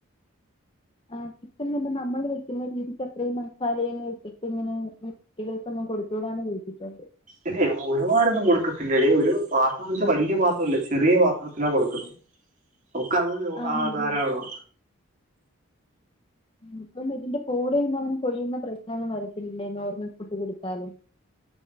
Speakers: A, on the left; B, on the right.
A: ആ ചിക്കൻ തന്നെ നമ്മൾ വെക്കുന്ന രീതിക്ക് അത്രയും മസാല കട്ടിട്ട് ഇങ്ങനെ കുട്ടികൾക്കൊന്നും കൊടുത്തുടന്ന് കളിച്ചിട്ടുണ്ട്
B: ഇല്ലേ ഒരുപാടൊന്നും ഒരു പാത്രംന്ന് വെച്ചാ വല്ിയ പാത്രംല്ല ചെറിയ പാത്രത്തിനാ കൊടുക്കുന്നത് നക്ക അത്
A: ആണല്ലേ
B: ആ ധാരള്ളു
A: ഇപ്പ ഇതിന്റെ പൂടെ ഇ അങ്ങനെ കൊഴിയുന്ന പ്രശ്നം ഒന്നും വരത്തില്ലല്ലേ നോർമൽ ഫുഡ് കൊടുത്താല്